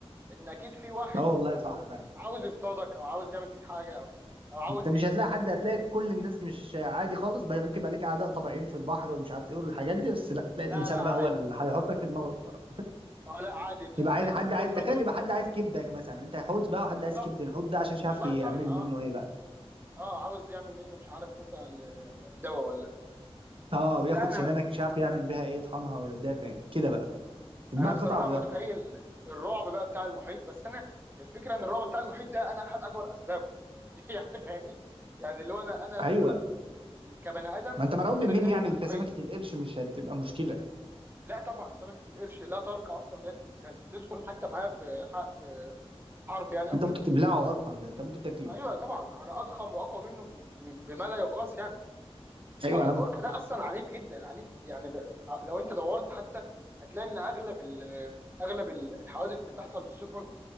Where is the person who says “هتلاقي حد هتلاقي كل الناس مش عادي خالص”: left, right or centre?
Right